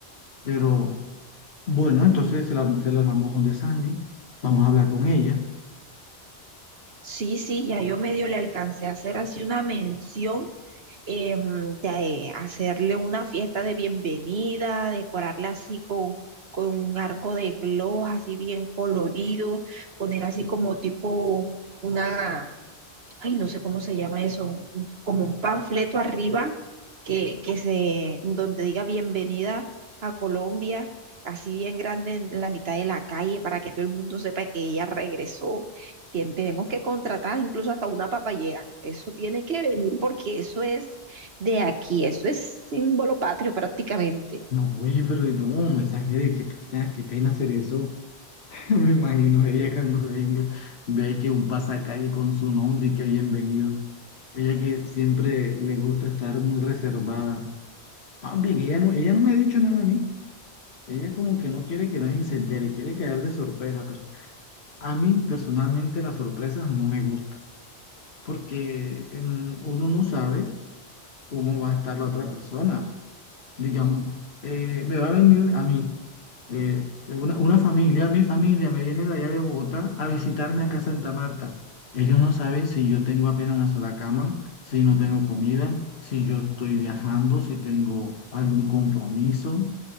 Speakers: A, on the left; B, on the right.
A: Pero bueno, entonces se la, se la armamos donde Sandy. Vamos a hablar con ella.
B: sí, sí, ya yo medio le alcancé a hacer así una mención em, de hacerle una fiesta de bienvenida, decorarla así con, con un arco de gloss así bien colorido, poner así como tipo una, ay, no sé cómo se llama eso, un- como un panfleto arriba que, que se, donde diga bienvenida a Colombia, así bien grande en la mitad de la calle para que todo el mundo sepa que ella regresó. Tien- tenemos que contratar incluso hasta una papayera. Eso tiene que venir porque eso es de aquí, eso es símbolo patrio prácticamente.
A: No, oye, pero no, mensaje de qué pena, qué pena hacer eso. <laughs> Me imagino ella cuando venga, ve que un pasacalle con su nombre y que bienvenido. Ella que siempre le gusta estar muy reservada. Más bien, ella no, ella no me ha dicho nada a mí. Ella como que no quiere que nadie se entere, quiere caer de sorpresa. Pero a mí personalmente las sorpresas no me gustan, porque en- uno no sabe cómo va a estar la otra persona digamos, eh, me va a venir a mí, eh, una, una familia, mi familia me viene de allá de Bogotá a visitarme acá a Santa Marta. Ellos no saben si yo tengo apenas una sola cama, si no tengo comida, si yo estoy viajando, si tengo algún compromiso.